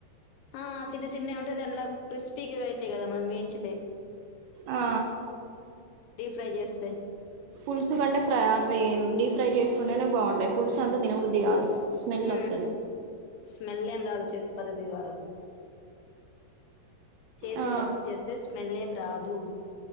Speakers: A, on the left (about 90°); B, on the right (about 80°).
A: ఆ చిన్న చిన్నవి ఉంటాయి దాంట్ల క్రిస్పీకి అయితయి కదా మనం వేయించితే
B: ఆ
A: ప్ర్రై చేస్తే
B: పులుసు కంటే ఫ్రై అవి డీప్ ఫ్రై చేసుకుంటేనే బాగుంటాయి పులుసు అంత తినబుద్ది కాదు స్మెల్
A: హ
B: వత్తది
A: స్మెల్ ఎం రాదు చేసే పద్ధతి ద్వారా చేసే
B: ఆ
A: పద్ధతి చేస్తే స్మెల్ ఏం రాదు